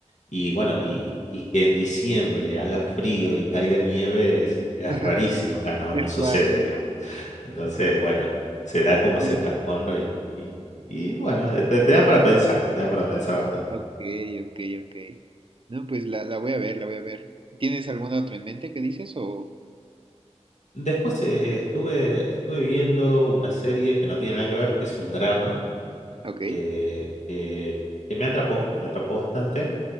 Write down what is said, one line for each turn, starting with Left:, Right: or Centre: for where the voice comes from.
Left: y bueno, y, y que en diciembre haga frío y caiga nieve es, es
Right: <laughs>
Left: rarísimo acá, no, no
Right: Es
Left: sucede,
Right: raro.
Left: digamos. Entonces, bueno, se da como ese
Right: Sí.
Left: trasfondo y, y, y, bueno, eh, te, te da para pensar, te da para pensar bastante.
Right: Ok, ok, ok. No, pues la, la voy a ver, la voy a ver. ¿Tienes alguna otra en mente que dices o...?
Left: Después eh, estuve, estuve viendo una serie que no tiene nada que ver, es un drama
Right: Ok.
Left: eh, que, que me atrapó, me atrapó bastante,